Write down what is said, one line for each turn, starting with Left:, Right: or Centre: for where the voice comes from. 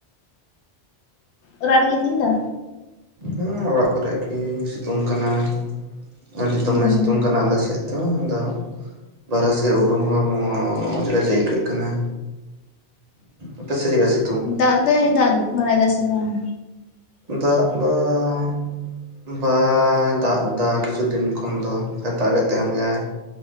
Left: ᱟᱲᱟᱜ ᱨᱮᱜᱮ ᱛᱤᱦᱤᱧ ᱫᱚ
Right: ᱦᱩᱸ ᱚᱲᱟᱜ ᱠᱚᱨᱮ ᱜᱮ ᱥᱤᱛᱩᱝ ᱠᱟᱱᱟ ᱟᱹᱰᱤ
Left: ᱦᱩᱸ
Right: ᱫᱚᱢᱮ ᱥᱤᱛᱩᱝ ᱠᱟᱱᱟ ᱟᱞᱮ ᱥᱮᱫ ᱛᱚ ᱟᱫᱚ ᱵᱟᱨᱦᱮ ᱥᱮᱫ ᱩᱰᱩᱝ ᱦᱚᱸ ᱪᱮᱜ ᱠᱟ ᱡᱮ ᱟᱹᱭᱠᱟᱹᱜ ᱠᱟᱱᱟ ᱟᱯᱮᱥᱮᱫ ᱪᱮᱠᱟᱹ ᱥᱮ
Left: ᱫᱟᱜ ᱫᱚᱭ ᱫᱟᱜ ᱵᱟᱲᱟᱭ ᱫᱟ ᱥᱮ ᱵᱟᱝ
Right: ᱫᱟᱜ ᱫᱟᱝ ᱵᱟᱭ ᱫᱟᱜ ᱮᱫᱟ ᱠᱤᱪᱷᱩ ᱫᱤᱱ ᱠᱷᱚᱱ ᱫᱚ ᱫᱟᱜ ᱮ ᱛᱟᱦᱮᱱ ᱜᱮᱭᱟᱭ